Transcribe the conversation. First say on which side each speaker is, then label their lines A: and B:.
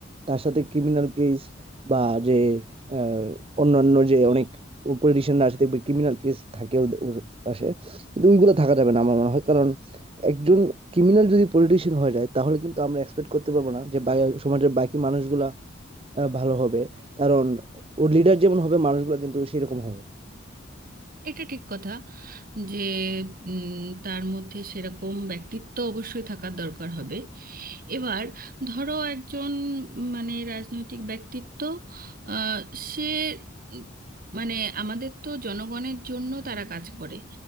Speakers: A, on the right (about 30°); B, on the right (about 45°).
A: তার সাথে ক্রিমিনাল কেস বা যে আহ, অন্যান্য যে অনেক পলিটিশিয়ানরা আছে দেখবে ক্রিমিনাল কেস থাকে ওদের- ওর পাশে কিন্তু ওইগুলো থাকা যাবে না আমার মনে হয় কারণ একজন ক্রিমিনাল যদি পলিটিশিয়ান হয়ে যায় তাহলে কিন্তু আমরা এক্সপেক্ট করতে পারবো না যে বাই- সমাজের বাকি মানুষগুলা আহ, ভালো হবে কারণ ওর লিডার যেমন হবে মানুষগুলা কিন্তু সেরকম হবে
B: এটা ঠিক কথা যে উম, তার মধ্যে সেরকম ব্যক্তিত্ব অবশ্যই থাকার দরকার হবে এবার ধরো একজন উম, মানে রাজনৈতিক ব্যক্তিত্ব আহ, সে উম, মানে আমাদের তো জনগণের জন্য তারা কাজ করে